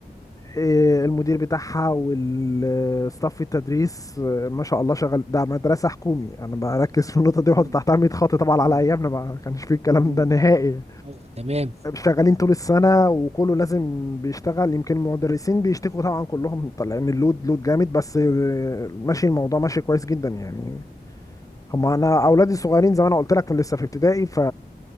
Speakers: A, on the left (about 20°); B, on the right (about 35°).
A: آه، المدير بتاعها والستاف التدريس آه، ما شاء الله شغال ده مدرسة حكومي انا بركز في النقطة دي وأحط
B: مم.
A: تحتها 100 خط طبعا على
B: مم.
A: ايامنا ما كانش فيه الكلام
B: مم.
A: ده نهائي
B: ايوه تمام
A: شغالين طول السنة وكله لازم بيشتغل يمكن المدرسين بيشتكوا طبعا كلهم طالعين اللود لود جامد بس آه، ماشي الموضوع ماشي كويس جدا يعني هما انا اولادي الصغيرين زي ما انا قلت لك لسه في ابتدائي ف